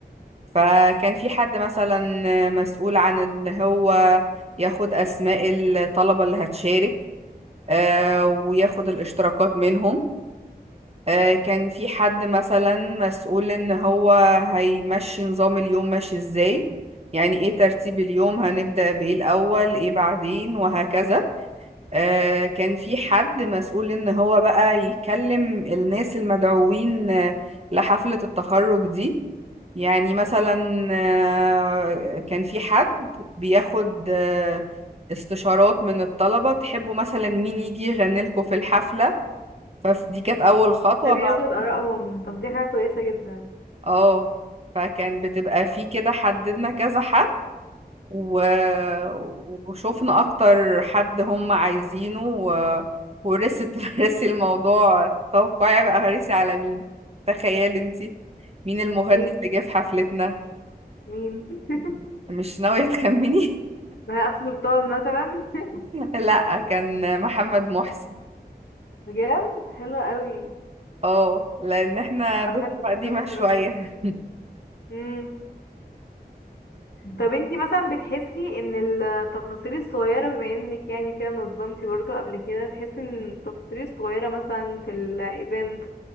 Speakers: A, on the right; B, on the left.
A: فكان في حد مثلا مسؤول عن ان هو ياخد اسماء الطلبة اللي هتشارك آه، وياخد الاشتراكات منهم آه، كان في حد مثلا مسؤول ان هو هيمشي نظام اليوم ماشي ازاي يعني ايه ترتيب اليوم هنبدأ بايه الاول ايه بعدين وهكذا آه، كان في حد مسؤول ان هو بقى يكلم الناس المدعوين آه، لحفلة التخرج دي يعني مثلا آه، كان في حد بياخد آه، استشارات من الطلبة تحبوا مثلا مين يجي يغني لكم في الحفلة فدي كانت اول خطوة
B: ده بياخد
A: بقى
B: آرائهم طب دي حاجة كويسة جدا
A: اه فكان بتبقى في كده حددنا كذا حد و... وشوفنا اكتر حد هم عايزينه و... ورثت <laughs> رثي الموضوع توقعي بقى هرثي على مين تخيلي انتي مين المغني
B: مين
A: اللي جه في حفلتنا
B: مين <laughs>
A: مش ناوية تخمني
B: بهاء سلطان مثلا <laughs>
A: <laughs> لا كان محمد محسن
B: بجد حلوة قوي
A: اه لان احنا
B: لا
A: دفعة
B: بحب جدا
A: قديمة
B: بصراحة
A: شوية <laughs>
B: مم. طب انتي مثلا بتحسي ان التفاصيل الصغيرة بما انك يعني كده نظمتي برضه قبل كده تحسي ان التفاصيل الصغيرة مثلا في الايفنت